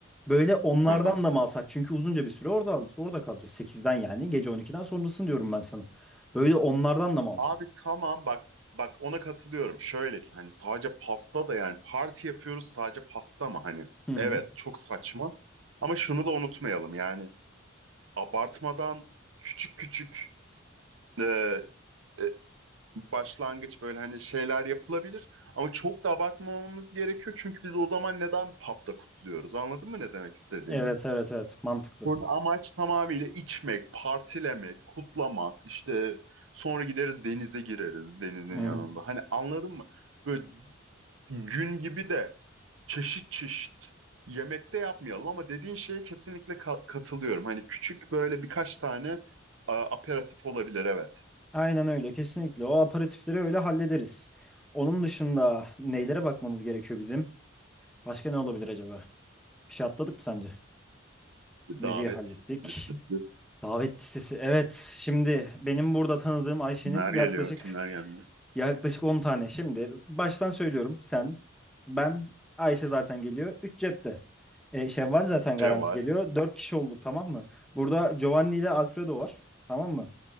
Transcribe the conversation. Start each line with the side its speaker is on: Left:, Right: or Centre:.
Centre: Böyle onlardan
Right: <laughs>
Centre: da mı alsak? Çünkü uzunca bir süre orada al- orada kalacağız. Sekizden yani gece on iki'den sonrasını diyorum ben sana. Böyle onlardan da mı alsak?
Right: Abi tamam bak bak ona katılıyorum. Şöyle ki hani sadece pasta da yani parti yapıyoruz sadece pasta mı hani?
Centre: Hı hı.
Right: Evet çok saçma. Ama şunu da unutmayalım yani abartmadan küçük küçük e, e, başlangıç böyle hani şeyler yapılabilir. Ama çok da abartmamamız gerekiyor çünkü biz o zaman neden pub'da kutluyoruz? Anladın mı ne demek istediğimi?
Centre: Evet evet evet mantıklı.
Right: Burada amaç tamamıyla içmek, partilemek, kutlamak, işte sonra gideriz denize gireriz denizin
Centre: Hı hı.
Right: yanında. Hani anladın mı? Böyle gün gibi de çeşit çeşit yemek de yapmayalım ama dediğin şeye kesinlikle ka- katılıyorum. Hani küçük böyle birkaç tane a, aperatif olabilir evet.
Centre: Aynen öyle kesinlikle. O aperatifleri öyle hallederiz. Onun dışında nelere bakmamız gerekiyor bizim? Başka ne olabilir acaba? Bir şey atladık mı sence?
Right: Davet
Centre: Müziği hallettik.
Right: listesi.
Centre: Davet listesi. Evet. Şimdi benim burada tanıdığım Ayşe'nin
Right: Kimler
Centre: yaklaşık
Right: geliyor, kimler gelmiyor?
Centre: yaklaşık 10 tane. Şimdi baştan söylüyorum. Sen, ben, Ayşe zaten geliyor. 3 cepte. E, Şevval zaten garanti
Right: Ceval.
Centre: geliyor. 4 kişi olduk tamam mı? Burada Giovanni ile Alfredo var. Tamam mı?